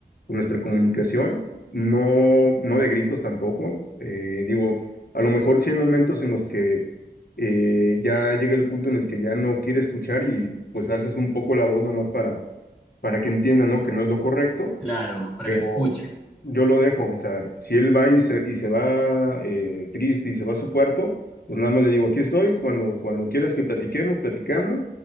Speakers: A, on the left; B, in the centre.
A: con nuestra comunicación, no, no de gritos tampoco, eh, digo, a lo mejor sí hay momentos en los que eh, ya llega el punto en el que ya no quiere escuchar y pues alzas un poco la voz nomás para, para que entienda, ¿no? Que no es lo correcto
B: Claro, para
A: pero
B: que te escuche.
A: yo lo dejo, o sea, si él va y se, y se va eh, triste y se va a su cuarto, pues nada más le digo, aquí estoy, cuando, cuando quieras que platiquemos, platicamos,